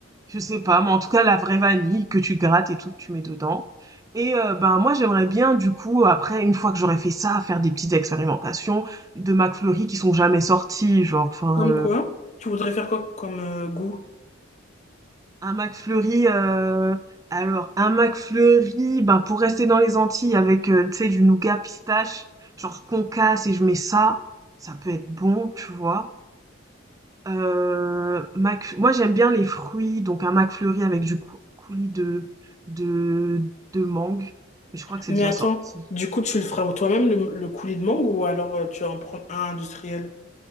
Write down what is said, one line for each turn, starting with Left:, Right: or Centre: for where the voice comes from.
Right: Je sais pas, mais en tout cas la vraie vanille que tu grattes et tout que tu mets dedans et heu, ben moi j'aimerais bien du coup après une fois que j'aurais fait ça, faire des petites expérimentations de McFlurry qui sont jamais sortis genre enfin,
Left: Comme quoi? Tu voudrais faire quoi comme euh, goût?
Right: Un McFlurry, heu, alors un McFlurry, ben, pour rester dans les Antilles avec, heu, tu sais, du nougat pistache, genre ce qu'on casse et je mets ça, ça peut être bon, tu vois? Heu, Mcf moi j'aime bien les fruits, donc un McFlurry avec du cou coulis de de de mangue, mais je crois que c'est
Left: Mais
Right: déjà
Left: attends,
Right: sorti.
Left: du coup, tu le feras toi-même le, le coulis de mangue ou alors euh, tu vas en prendre un industriel?